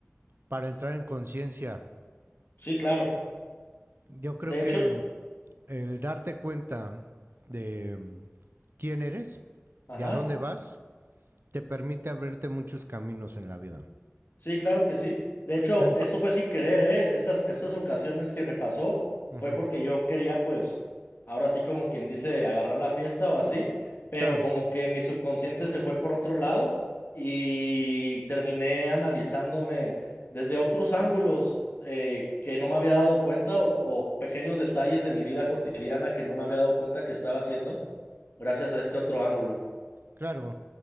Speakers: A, on the right; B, on the left.
A: para entrar en conciencia.
B: Sí, claro.
A: Yo creo
B: De
A: que
B: hecho,
A: el darte cuenta de mm, quién eres
B: ajá.
A: y a dónde vas te permite abrirte muchos caminos en la vida.
B: Sí, claro que sí. De hecho,
A: El
B: esto
A: c-
B: fue sin querer, ¿eh? Estas, estas ocasiones que me pasó
A: ujú,
B: fue
A: ujú.
B: porque yo quería, pues, ahora sí como quien dice, agarrar la fiesta o así, pero
A: Claro,
B: como que mi subconsciente se fue por otro lado y terminé analizándome desde otros ángulos eh, que no me había dado cuenta o, o pequeños detalles de mi vida cotidiana que no me había dado cuenta que estaba haciendo gracias a este otro ángulo.
A: Claro.